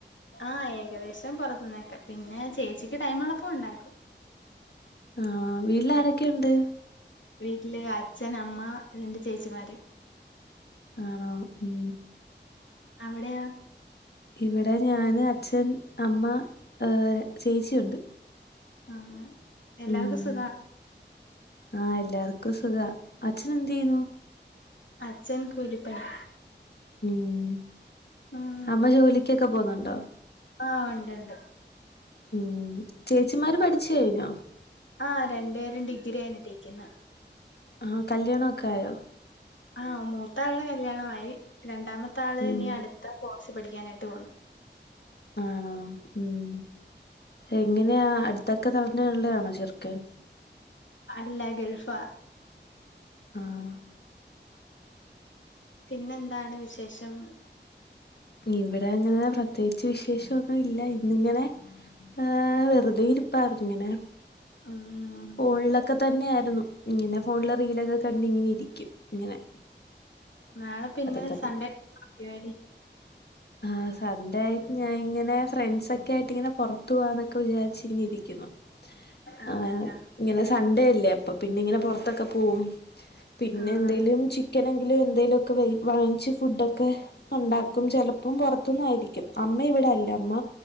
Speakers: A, on the left; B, on the left.
A: ആഹ് ഏകദേശം പുറത്തു നിന്നൊക്കെ പിന്നെ ചേച്ചിക്ക് ടൈം ഉളപ്പൊ ഉണ്ടാക്കും
B: ആഹ് വീട്ടിൽ ആരൊക്കെയുണ്ട്
A: വീട്ടിൽ അച്ഛൻ അമ്മ രണ്ട് ചേച്ചിമാർ
B: ആണോ ഉം
A: അവിടെയോ
B: ഇവിടെ ഞാൻ അച്ഛൻ അമ്മ ചേച്ചിയുണ്ട്
A: അങ്ങനെ എല്ലാവർക്കും
B: ഉം
A: സുഖാ
B: ആഹ് എല്ലാർക്കും സുഖാ അച്ഛൻ എന്ത് ചെയ്യുന്നു
A: അച്ഛൻ കൂലിപ്പണി
B: ഉം
A: ഉം
B: അമ്മ ജോലിക്കൊക്കെ പോന്നുണ്ടോ
A: ആഹ് ഉണ്ട് ഉണ്ട്
B: ഉം ചേച്ചിമാര് പഠിച്ചു കഴിഞ്ഞോ
A: ആഹ് രണ്ടു പേരും ഡിഗ്രി കയിഞ്ഞിട്ടേക്കുന്നു
B: ആഹ് കല്യാണൊക്കെ ആയോ
A: ആഹ് മൂത്താളുടെ കല്യാണമായി രണ്ടാമത്തെ ആള്
B: ഉം
A: ഇനി അടുത്ത കോഴ്സ് പഠിക്കാനായിട്ട് പോന്നു
B: ആണോ ഉം എങ്ങനെയാ അടുത്തൊക്കെ തന്നെ ഉള്ളതാണോ ചെറുക്കൻ
A: അല്ല ഗൾഫ
B: ആഹ്
A: പിന്നെന്താണ് വിശേഷം
B: ഇവിടെ അങ്ങനെ പ്രത്യേകിച്ച് വിശേഷൊന്നും ഇല്ല ഇന്നിങ്ങനെ- ആഹ് വെറുതെ ഇരിപ്പായിരുന്നു ഇങ്ങനെ
A: ഉം
B: ഫോണിലൊക്കെ തന്നെയായിരുന്നു ഇങ്ങനെ ഫോണിലെ റീലൊക്കെ കണ്ടിങ്ങനെ ഇരിക്കും ഇങ്ങനെ
A: നാളെ പിന്നെ
B: അതൊക്കെ
A: സൺഡേ എന്താ പരിപാടി?
B: ആഹ്- സൺഡേ ആയിട്ട് ഞാന് ഇങ്ങനെ ഫ്രണ്ട്സൊക്കെ ആയിട്ട് ഇങ്ങനെ പുറത്തു പോവാന്നൊക്കെ വിചാരിച്ചിങ്ങനെ ഇരിക്കുന്നു.
A: ആഹ്
B: ആ
A: ആഹ്
B: ഇങ്ങനെ സൺഡേ അല്ലേ അപ്പൊ പിന്നെ ഇങ്ങനെ പൊറത്തൊക്കെ പോവും. പിന്നെ
A: ആഹ്
B: എന്തേലും ചിക്കന് എങ്കിലും എന്തേലും ഒക്കെ വാങ്ങിച്ച് ഫുഡൊക്കെ- ഉണ്ടാക്കും ചെലപ്പം പുറത്ത്ന്നായിയിരിക്കും അമ്മ ഇവിടെ അല്ല അമ്മ